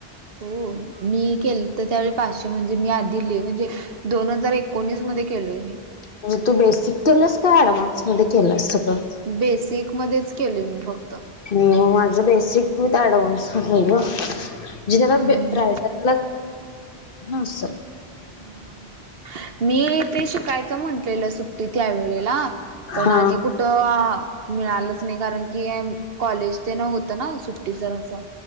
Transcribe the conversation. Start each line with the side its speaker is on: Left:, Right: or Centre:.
Right: ओह मी केलंत त्यावेळी पाचशे म्हणजे मी आध दिले म्हणजे दोन हजार एकोणीस मध्ये केलोय मी.
Left: म्हणजे तू बेसिक केलंस का ऍडव्हान्स मध्ये केलंस सगळं?
Right: बेसिक मध्येच केले मी फक्त.
Left: म माझं बेसिक विथ ऍडव्हन्स हाय ग. म्हणजे जरा
Right: हम्म
Left: ब्रायडलला <unintelligible> अस
Right: हा हा हा मी ते शिकायचं म्हंटलेलं सु ते त्या वेळेला पण
Left: हा
Right: आणि कुठं मिळालंच नाही कारण की एम कॉलेज ते न होत ना सुट्टीच असं